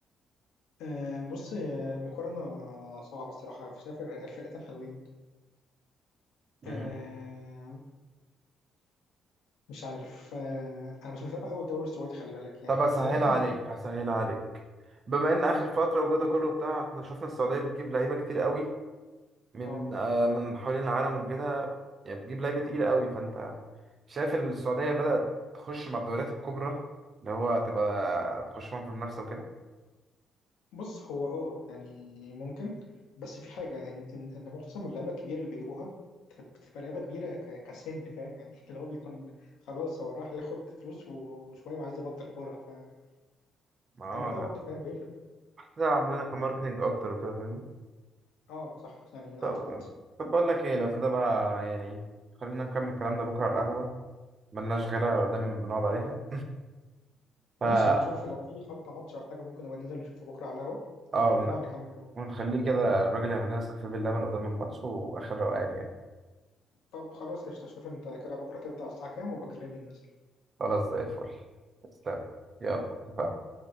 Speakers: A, on the left; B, on the right.
A: آه، بص هي مقارنة صعبة الصراحة شايف الفرقتين حلوين
B: مم.
A: آه، مش عارف آه، أنا مش متابع أوي الدوري السعودي خلي بالك يعني
B: طب هسهلها
A: هو ممكن
B: عليك هسهلها عليك بما ان اخر
A: <laughs> مم،
B: فتره وجوده كله بتاع احنا شفنا السعوديه بتجيب لعيبه كتير قوي من
A: اه
B: آه من حوالين العالم وكده يعني بتجيب لعيبه تقيله قوي فانت شايف السعوديه بدات تخش مع الدوريات الكبرى اللي هو تبقى تخش معاهم في المنافسه وكده
A: بص هو اه يعني ممكن بس في حاجة إن إن إن معظم اللعيبة الكبيرة اللي بيجيبوها بتبقى لعيبة كبيرة ك- كسن فاهم يعني <laughs> اللي هو بيكون خلاص هو راح ياخد فلوس و- وشوية وعايز يبطل كورة فالموضوع
B: ما هو
A: برضه
B: انا
A: فاهم بيفرق
B: كده عاملينها كماركتنج اكتر وكده فاهمني
A: اه صح يعني
B: طب
A: أعتقد
B: طب بقول لك ايه لو كده بقى يعني خلينا نكمل كلامنا بكره على القهوه ملناش غيرها دايما بنقعد عليها فا
A: ماشي نشوف لو في حتى ماتش ولا حاجة ممكن نبقى ننزل نشوفه بكرة على القهوة
B: اه
A: ونقعد نكمل كلامنا
B: ونخليه كده الراجل يعمل لنا نسكافيه باللبن قدام الماتش واخر روقان يعني
A: طب خلاص قشطة شوف انت كده بكرة تبدأ على الساعة كام وبكلمني ننزل.
B: خلاص زي الفل تسلم يلا اتفقنا